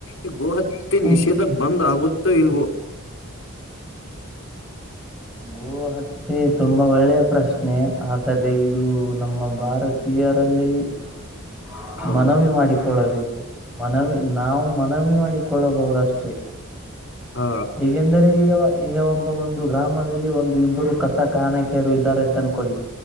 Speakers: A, on the left; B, in the centre.
A: ಈ ಗೋಹತ ತ್ಯ
B: ಹ್ಞೂ
A: ನಿಷೇಧ ಬಂದ್ ಆಗುತ್ತೋ ಇಲ್ವೋ
B: ಗೋ ಹತ್ಯೆ ತ್ಯ ತುಂಬ ಒಳ್ಳೆಯ ಪ್ರಶ್ನೆ ಆದರೆ ಇದು ನಮ್ಮ ಭಾರತೀಯರಲ್ಲಿ ಟಡದ
A: ಹೌದು
B: ಮನವಿ ಮಾಡಿಕೊಳ್ಳಬೇ ಕು ಮನವಿ ನಾವು ಮನವಿ ಮಾಡಿಕೊಳ್ಳಬಹುದಷ್ಟೇ
A: ಹಾ
B: ಹಿಗೆಂದರೆ ಇವ ಈಗ ಈಗ ಒಬ್ಬ ಒಂದು ಗ್ರಾಮದಲ್ಲಿ ಒಂದು ಇಬ್ಬರು ಕಸ ಕಾಣೆ ಕೆಡವಿಇದ್ದಾರೆ ಅಂತ ಅನಕ್ಕೊಳ್ಳಿ